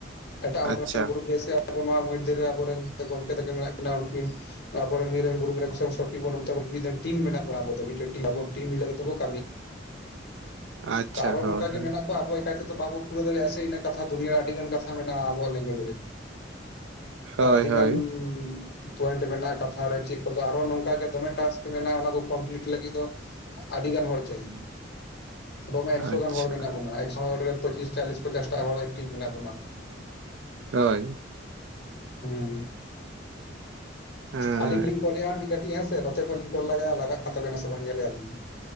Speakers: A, on the left; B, on the right.
A: ᱮᱴᱟᱜ ᱦᱚᱲ
B: ᱟᱪᱪᱷᱟ
A: ᱨᱮᱱ ᱜᱨᱩᱯ ᱡᱮᱭᱥᱮ ᱟᱚ ᱱᱚᱣᱟ ᱢᱚᱫᱽᱫᱷᱮ ᱨᱮ ᱟᱵᱚᱨᱮᱱ ᱜᱚᱢᱠᱮ ᱛᱟᱠᱤᱱ ᱢᱮᱱᱟᱜ ᱠᱤᱱᱟ ᱩᱱᱠᱤᱱ ᱛᱟᱯᱚᱨ ᱱᱤᱭᱟᱹ ᱨᱮᱱ ᱜᱩᱨᱩ <unintelligible> ᱴᱤᱢ ᱢᱮᱱᱟᱜ ᱵᱩᱱᱟ ᱟᱵᱚ ᱫᱚ ᱢᱤᱫᱴᱮᱱ ᱴᱤᱢ ᱟᱵᱟ ᱴᱤᱡ ᱢᱤᱞᱟᱹ ᱠᱟᱛᱮ ᱵᱚ ᱠᱟᱹᱢᱚ
B: ᱟᱪᱪᱷᱟ
A: ᱛᱟ ᱟᱨᱟ
B: ᱦᱳᱭ
A: ᱱᱚᱝᱠᱟ ᱜᱮ
B: ᱦᱳᱭ
A: ᱢᱮᱱᱟᱜ ᱠᱚᱣᱟ ᱟᱵᱚ <unintelligible> ᱵᱟᱵᱚᱱ ᱯᱩᱨᱟᱹᱣ ᱫᱟᱲᱮᱭᱟᱜᱼᱟ ᱥᱮ ᱤᱱᱟᱹ ᱠᱟᱛᱷᱟ ᱫᱩᱱᱭᱟᱹ ᱟᱹᱰᱤᱜᱟᱱ ᱠᱟᱛᱷᱟ ᱢᱮᱱᱟᱜᱼᱟ ᱟᱵᱚᱣᱟᱜ ᱞᱮᱝᱜᱩᱭᱮᱡᱽ ᱨᱮ
B: ᱦᱳᱭ
A: ᱟᱵᱤ
B: ᱦᱳᱭ
A: ᱜᱟᱱ ᱯᱚᱭᱮᱱᱴ ᱢᱮᱱᱟᱜᱼᱟ ᱠᱟᱛᱷᱟ ᱨᱮ ᱪᱮᱫ ᱠᱚᱫᱚ ᱟᱨᱚ ᱱᱚᱝᱠᱟᱜ ᱫᱚᱢᱮ ᱴᱟᱥᱠ ᱢᱮᱱᱟᱜᱼᱟ ᱚᱱᱟ ᱠᱚ ᱠᱚᱢᱯᱞᱤᱴ ᱞᱟᱹᱜᱤᱫ ᱫᱚ ᱟᱹᱰᱤᱜᱟᱱ ᱦᱚᱲ ᱪᱟᱭ ᱟᱵᱚ ᱢᱟ ᱮᱠᱥᱚ
B: ᱟᱪᱪᱷᱟ
A: ᱜᱟᱱ ᱦᱚᱲ ᱢᱮᱱᱟᱜ ᱵᱚᱱᱟ ᱮᱠᱥᱚ ᱦᱚᱲ ᱨᱮ ᱯᱚᱸᱪᱤᱥ ᱪᱟᱞᱞᱤᱥ ᱯᱚᱪᱟᱥ ᱴᱟ ᱦᱚᱲ ᱮᱠᱴᱤᱵᱷ ᱢᱮᱱᱟᱜ ᱵᱚᱱᱟ
B: ᱦᱳᱭ
A: ᱦᱮᱸ
B: ᱦᱮᱸ
A: ᱟᱹᱞᱤᱧ ᱞᱤᱧ ᱠᱚᱞᱭᱟ ᱠᱟᱹᱴᱤᱡ ᱦᱮᱸᱥᱮ ᱱᱚᱛᱮ ᱠᱷᱚᱱ ᱞᱤᱝ ᱠᱳᱞ ᱞᱟᱜᱟᱭᱼᱟ ᱞᱟᱜᱟᱜ ᱛᱟᱵᱮᱱᱟ ᱥᱮ ᱵᱟᱝ ᱧᱮᱞᱮᱭᱟᱹᱞᱤᱧ